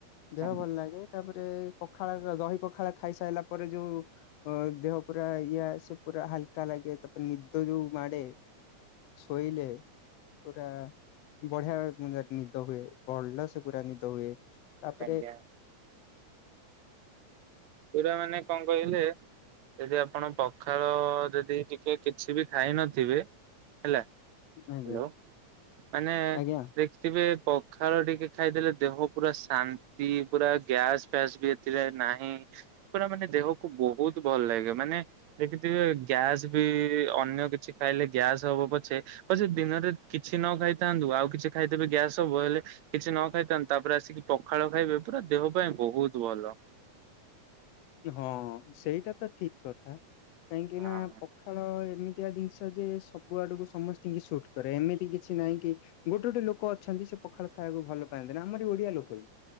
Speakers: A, on the left; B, on the right.
A: ଦେହ
B: ଆଜ୍ଞା
A: ଭଲ ଲାଗେ ତାପରେ ପଖାଳ ଦହି ପଖାଳ ଖାଇସାଇଲା ପରେ ଯୋଉ ଅ ଦେହ ପୁରା ଇଏ ଆସେ ପୁରା ହାଲକା ଲାଗେ। ତାପରେ ନିଦ ଯୋଉ ମାଡେ ଶୋଇଲେ ପୁରା ବଢିଆ ନିଦ ହୁଏ ଭଲସେ ପୁରା ନିଦ ହୁଏ। ତାପରେ
B: ଆଜ୍ଞା। ପୁରା ମାନେ କଣ କହିଲେ? ଯଦି ଆପଣ ପଖାଳ ଯଦି ଟିକେ କିଛି ବି ଖାଇ ନଥିବେ ହେଲା ହାଲୋ
A: ଆଜ୍ଞା
B: ମାନେ
A: ଆଜ୍ଞା।
B: ଦେଖିଥିବେ ପଖାଳ ଟିକେ ଖାଇଦେଲେ ଦେହ ପୁରା ଶାନ୍ତି ପୁରା ଗ୍ୟାସ ଫ୍ୟାସ ବି ଏଥିରେ ନାହିଁ। ପୁରା ମାନେ ଦେହକୁ ବହୁତ ଭଲ ଲାଗେ ମାନେ ଦେଖିଥିବେ ଗ୍ୟାସ ବି ଅନ୍ୟ କିଛି ଖାଇଲେ ଗ୍ୟାସ୍ ହବ ପଛେ ପଛେ ଦିନରେ କିଛି ନ ଖାଇଥାନ୍ତୁ ଆଉ କିଛି ଖାଇଦେବେ ଗ୍ୟାସ ହବ ହେଲେ କିଛି ନ ଖାଇଥାଆନ୍ତୁ ତା ତାପରେ ଆସିକି ପଖାଳ ଖାଇବେ ପୁରା ଦେହ ପାଇଁ ବହୁତ ଭଲ।
A: ହଁ ସେଇଟା ତ ଠିକ କଥା। କାହିଁକି
B: ହଁ
A: ନା, ପଖାଳ ଏମିତିଆ ଦିନିଷ ଯେ ସବୁ ଆଡକୁ ସମସ୍ତିଙ୍କି ସୁଟ୍ କରେ ଏମିତି କିଛି କି ନାହିଁ କି ଗୋଟେ ଗୋଟେ ଲୋକ ଅଛନ୍ତି ସେ ପଖାଳ ଖାଇବାକୁ ଭଲ ପାଆନ୍ତିନି ଆମର ଓଡିଆ ଲୋକ ବି